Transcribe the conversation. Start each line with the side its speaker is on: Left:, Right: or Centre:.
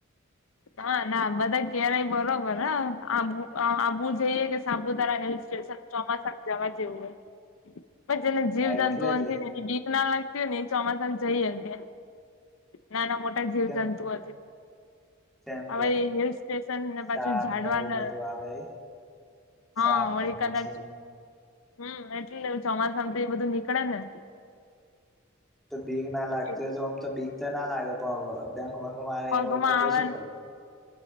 Left: ના ના બધા ક્યારેય બરોબર હ આંબુ આબુ જઈએ કે સાબુ તારા હેલ સ્ટેશન ચોમાસામાં જવા જેવું હોય પછ જેને જીવ
Centre: હા
Left: જંતુઓ
Centre: એટલે જ
Left: ને એ વીક ના લાગતી હોય ને એ ચોમાસાને જઈએ ત નાના મોટા જીવજંતુ
Centre: કેમ
Left: છે
Centre: તેમ
Left: હવે
Centre: કે
Left: હિલ સ્ટેશન ને પાછી
Centre: સાપ
Left: જાડવાના
Centre: ને એવું બધું આવે
Left: હા
Centre: સાપ
Left: વળી
Centre: ને વીછી
Left: કદાચ હમ એટલેવું ચોમાસામ તો એ બધું નીકળે ને
Centre: તો ભબીક ના લાગતી
Left: એટલે
Centre: હોય તો આમ તો બીક તો ના લાગે પણ ભંગ મારે
Left: પગમાં
Centre: એ વખતે પ
Left: આવે
Centre: શું
Left: ને
Centre: કર્યું